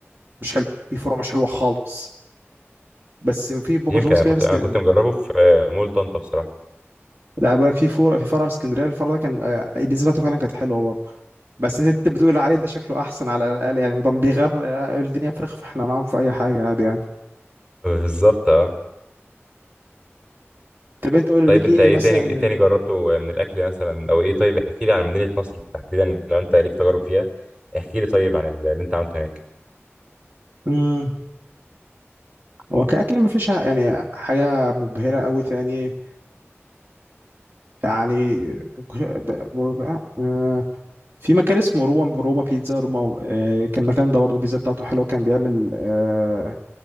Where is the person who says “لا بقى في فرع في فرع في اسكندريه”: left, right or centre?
Right